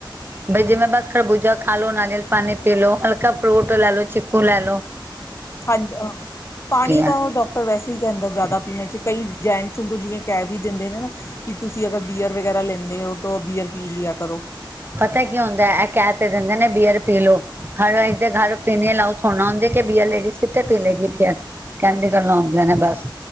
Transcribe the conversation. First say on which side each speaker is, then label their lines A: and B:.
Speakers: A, on the right; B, on the left.
A: ਬਈ ਜਿਵੇੈਂ ਬਸ ਖਰਬੂ ਜਾ ਖਾਲੋ, ਨਾਲਿਅਲ ਪਾਣੀ ਪੀਲੋ, ਹਲਕਾ ਫਰੂਟ ਲੈਲੋ, ਚੀਕੂ ਲੈਲੋ।
B: ਹਾਂਜ ਅ ਪਾਣੀ
A: ਹੈ
B: ਤਾਂ ਔ ਡਾਕਟਰ ਵੈਸੇ ਈ ਕੈੰਦਾ ਜੈਦਾ ਪੀਣ ਚ ਕਈ ਜੈਂਟਸ ਉਢੂ ਜਿਵੇਂ ਕੈ ਵੀ ਦਿੰਦੇ ਨੇ ਨਾ ਕਿ ਤੁਸੀਂ ਅਗਰ ਬੀਅਰ ਵਗੈਰਾ ਲੈਂਦੇ ਔ ਤੋ ਬੀਅਰ ਪੀ ਲਿਆ ਕਰੋ।
A: ਪਤੈ ਕੀ ਹੁੰਦੈ ਐ ਕੈ ਤੇ ਦਿੰਦੇ ਨੇ ਬੀਅਰ ਪੀ ਲੋ, ਹਰਨਾ ਏਕ ਦੇ ਘਰ ਪੀਣੀ ਅਲਾਓ ਥੋੜਾ ਨਾ ਹੁੰਦੀ ਕਿ ਬੀਅਰ ਲੇਡੀਜ਼ ਕਿੱਥੇ ਪੀ ਲੇਗੀ ਬੀਅਰ, ਕੈਣ ਦੀਆਂ ਗਲਾਂ ਹੂੰਦੀਆਂ ਨੇ ਬਸ।